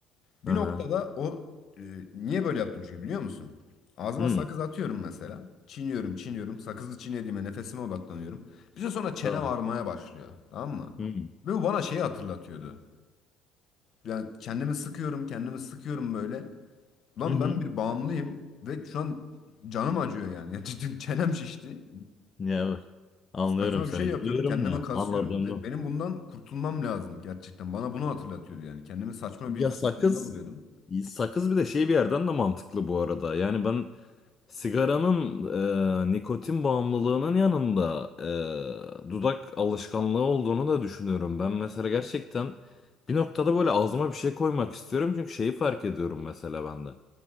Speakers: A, on the left; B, on the left.
A: Bir
B: hı.
A: noktada o e, niye böyle yaptım çünkü biliyor musun? Ağzıma
B: Hmm.
A: sakız atıyorum mesela. Çiğniyorum, çiğniyorum. Sakızı çiğnediğime nefesime odaklanıyorum. Bir süre sonra çene
B: Tamam.
A: varmaya başlıyor. Tamam mı?
B: Hmm.
A: Ve bu bana şeyi hatırlatıyordu. Yani kendimi sıkıyorum, kendimi sıkıyorum böyle. Lan
B: Hı hı.
A: ben bir bağımlıyım ve şu an canım acıyor yani. <laughs> Ya cidden çenem şişti.
B: Ya evet. anlıyorum
A: Saçma
B: seni
A: bir şey yapıyorum,
B: gülüyorum
A: kendimi
B: da
A: kasıyorum
B: anladığımı.
A: ve benim bundan kurtulmam lazım gerçekten. Bana bunu hatırlatıyordu yani. Kendimi saçma
B: Ya
A: bir pozisyonda
B: sakız
A: buluyordum.
B: sakız bir de şey bir yerden de mantıklı bu arada. Yani ben Sigaranın e, nikotin bağımlılığının yanında e, dudak alışkanlığı olduğunu da düşünüyorum. Ben mesela gerçekten bir noktada böyle ağzıma bir şey koymak istiyorum. Çünkü şeyi fark ediyorum mesela bende.